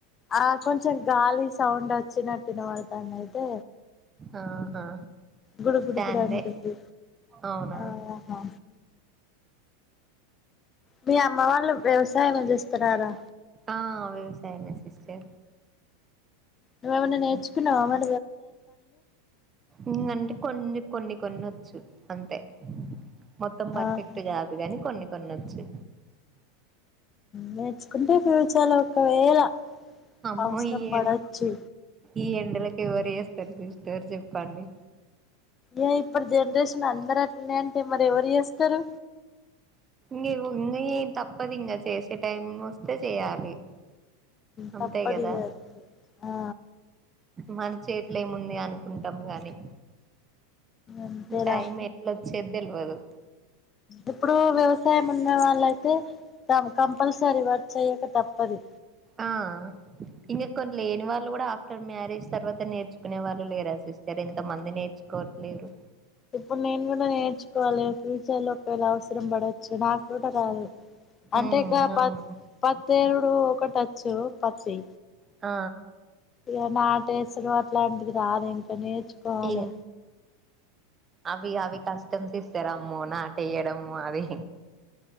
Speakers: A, on the left; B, on the right.
A: ఆ కొంచెం గాలి సౌండ్ వచ్చినటు వినపడతాంది అయితే
B: ఆహా
A: గుడు గుడు
B: ఫ్యాన్దే
A: గు అంటంది
B: అవునా
A: ఆహా మీ అమ్మ వాళ్ళు వ్యవసాయం చేస్తారారా
B: ఆ వ్యవసాయ మసిస్ చే.
A: నువెమన్న నేర్చుకున్నావ మర్.
B: ఊ అంటే కొన్నీ. కొన్ని కొనొచ్చు అంతే. మొత్తం పర్ఫెక్ట్
A: ఆహా
B: గాదు గని కొన్ని. న నచ్చి.
A: నేర్చుకుంటే ఫ్యూచర్ ఒకవేళ.
B: అమ్మో
A: అవసరం
B: ఈ
A: పడొచ్చు
B: ఎ ఈ ఎండలకి ఎవరు యెస్. సరిపిష్టార్ చెప్పండి.
A: యే ఇప్పుడు జనరేషన్ అందర అట్లనే అంటే మరి ఎవరు యేస్తారు.
B: నీవు ని తప్పదింగా చేసు. టైం వస్తే చేయాలి. అంతే
A: తప్పదిగా
B: కదా
A: ఆ.
B: మన్ చేతిల్ ఏముంది అనుకుంటాం గానీ.
A: అంతేరా
B: టైమ్ ఎట్లు. ఇచ్చేద్ దేవువదు.
A: ఇప్పుడు వ్యవసాయం ఉన్న వాళ్ళ అయితే, క కంపల్సరీ వర్క్ చేయ్యక తప్పది.
B: ఆ ఇంకా కొన్ని లేని వాళ్ళు కూడా. మ్యారేజ్ తర్వాత నేర్చుకునే వాళ్ళు లేరా సిస్టర్ ఎంతమంది నేర్చుకోవట్లేరు.
A: ఇప్పుడు నేను కూడా నేర్చుకోవాలే ఫ్యూచర్ లో ఒకేళ అవసరం పడొచ్చు, నాకు కూడ రదు, అంటే
B: ఉమ్
A: గ ప
B: అవును
A: పెత్తేరుడు. ఇప్పుడు ఒకటచ్చు పత్తి.
B: ఆ.
A: ఇగ నాటేసుడు అట్లాంటిది రాదు ఇంకనే. ర్చుకోవాలె.
B: ఇం అవి అవి కస్టమ్ సిస్టర్ అమ్మో నాటే ఎయ్యడము అవి.